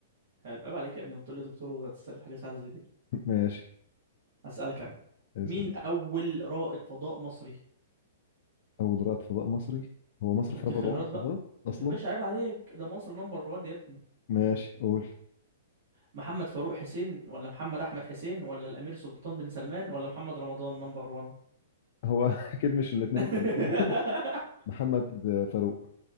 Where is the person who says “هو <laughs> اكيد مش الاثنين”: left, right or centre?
Left